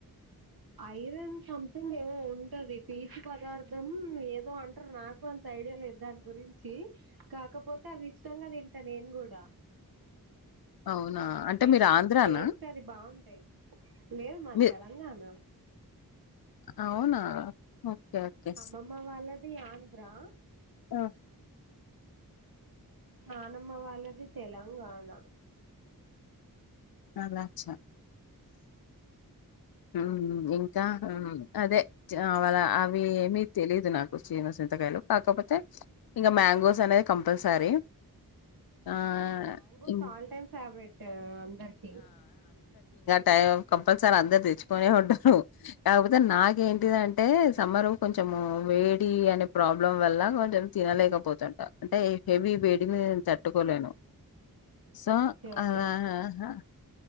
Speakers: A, on the right; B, on the left.
A: ఐరన్ సంథింగ్ ఏమో ఉన్ అంటే అది పీచు పదార్త్ దం ఏదో అంటారు నాకు అంత ఐడియా లేదు దాని గురించి కాకపోతే అవి ఇష్టంగా తిన్ ట నేను కూడా
B: అవునా?
A: బాగుంటాయి
B: అంటే మీరు ఆంధ్రానా?
A: టేస్ట్ అది బాగున్ టాయ్ లేదు మాది
B: మీ
A: తెలంగాణ
B: అవునా ఓకే.
A: అమ్మమ్మ వాళ్ళది ఆంద్రా
B: ఓ
A: నానమ్మ వాళ్ళది తెలంగాణ
B: అలచ్చా ఉమ్ ఇంకా అదే అవాలా అవి ఎమీ తెలీదు నాకు చినస్ చింతకాయలు కాకపోతే ఇంకా మ్యాంగోస్ అనేది కంపల్సరీ.
A: <inaudible>
B: ఆహ్,
A: మ్యాంగోస్
B: ఇం
A: ఆల్ టైమ్ ఫేవరెటు అందరికి
B: టైమ్ కంపల్సరి అందర్ తెచ్చుకొనే ఉంటారు కాకపోతే నాకేంటిది అంటే సమ్మరు కొంచము వేడి అనే ప్రాబ్లం వల్ల నేన్ కొంచెం తినలేకపోతుంట అంటే హెవీ వేడిని నేను తట్టుకోలేను. సో
A: ఓకే ఓకే
B: అలా అహహ